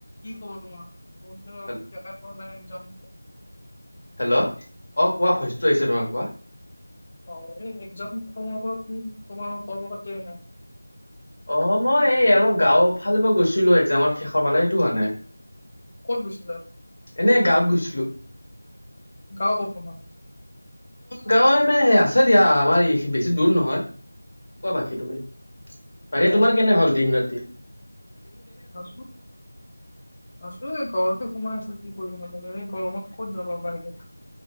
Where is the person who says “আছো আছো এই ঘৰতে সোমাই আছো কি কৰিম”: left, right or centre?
Left